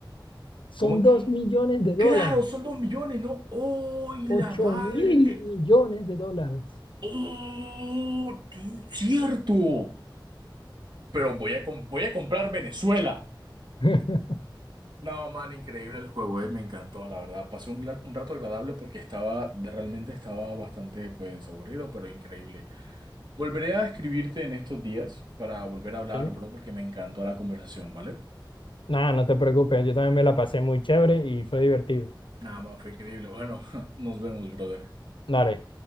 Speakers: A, on the left (about 80°); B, on the right (about 60°).
A: Son
B: ¿Cómo?
A: dos millones de dólares.
B: Claro, son dos millones, ¿no? ¡Ay, la
A: Ocho
B: madre
A: mil
B: que...
A: millones de dólares.
B: ¡Oh, tío! ¡Cierto! Pero voy a, com- voy a comprar Venezuela.
A: <laughs>
B: No, man, increíble el juego, eh, Me encantó, la verdad. Pasé un, gla- un rato agradable porque estaba, de- realmente estaba bastante, pues, aburrido, pero increíble. Volveré a escribirte en estos días para volver a hablar,
A: ¿Sí?
B: bro, porque me encantó la conversación, ¿vale?
A: Nada, no te preocupes, yo también me la pasé muy chévere y fue divertido.
B: Nada más, fue increíble. Bueno, <laughs> nos vemos, brother.
A: Dale.